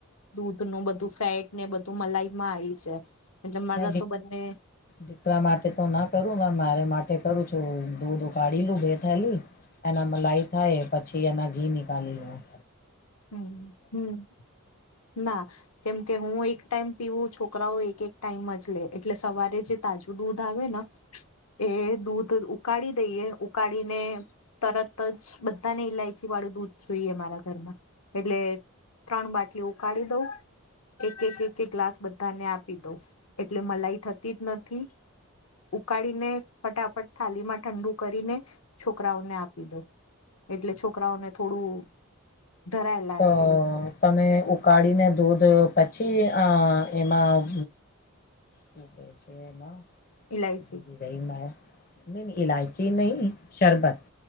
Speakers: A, on the left; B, on the left.
A: દૂધનું બધું ફેટ ને બધું મલાઈમાં આઈ જાય એટલે મારા
B: મે
A: તો બંને
B: દીકરા માટે તો ના કરું મારે માટે કરું છું દૂધ ઉકાળે લું બે થેલી એના મલાઈ થાય પછી એના ઘી નીકાલી લઉ.
A: હમ હમ ના કેમ કે હું એક ટાઈમ પીવું છોકરાઓ એક એક ટાઈમ જ લે એટલે સવારે જે તાજું દૂધ આવે ના એ દૂધ ઉકાળી દઈએ ઉકાળીને તરત જ બધાને ઈલાયચી વાળું દૂધ જોઈએ મારા ઘરમાં એટલે ત્રણ બાટલી ઉકાળી દઉં એક એક એક એક ગ્લાસ બધાને આપી દઉ એટલે મલાઈ થતી જ નથી ઉકાળીને ફટાફટ થાલીમાં ઠંડુ કરીને છોકરાઓને આપી દઉ. એટલે છોકરાઓને થોડું ધરાયેલા
B: તો
A: રે
B: તમે ઉકાળીને દૂધ પછી આ એમાં શભ છે એમાં
A: ઇલાયચી
B: ભૂલી ગય મા <inaudible> નહી નહીં ઈલાયચી નહી શરબત